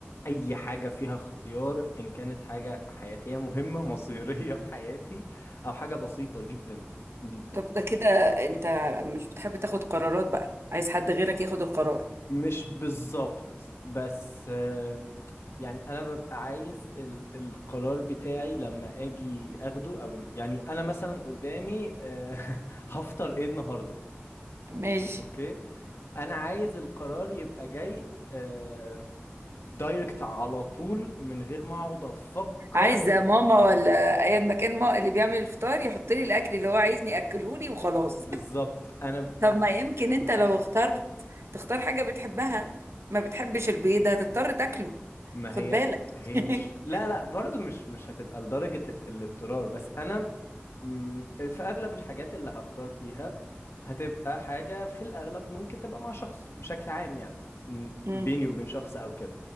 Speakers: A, on the left; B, on the right.
A: اي حاجه فيها اختيار ان كانت حاجه حياتيه مهمه <laughs> مصيريه في حياتي او حاجه بسيطه جدا جدا
B: طب ده كده أنت مش بتحب تاخد قرارات بقى عايز حد غيرك ياخد القرار
A: مش بالظبط بس آه، يعني انا ببقى عايز ال القرار بتاعي لما اجي اخده او يعني انا مثلا قدامي آه، <laughs> هفطر ايه النهارده
B: ماشي
A: اوكي انا عايز القرار يبقى جاي آه، دايركت على طول من غير ما اقعد افكر
B: عايز ماما
A: في الحساب
B: ولا أيا مكان ما اللي بيعمل الفطار يحط لي الأكل اللي هو عايزني أكلهولي وخلاص
A: بالظبط انا ب...
B: طب ما يمكن انت
A: ب-
B: لو اخترت تختار حاجة بتحبها ما بتحبش البيض ده تضطر تاكله
A: ما
B: خد
A: هي
B: بالك
A: هي
B: <laughs>
A: مش لا لا برضو مش مش هتبقى لدرجة ال- الاضطرار بس انا مم، في اغلب الحاجات اللي هختار فيها هتبقى حاجة في الاغلب ممكن تبقى مع شخص بشكل عام يعني مم،
B: مم.
A: بيني وبين شخص او كده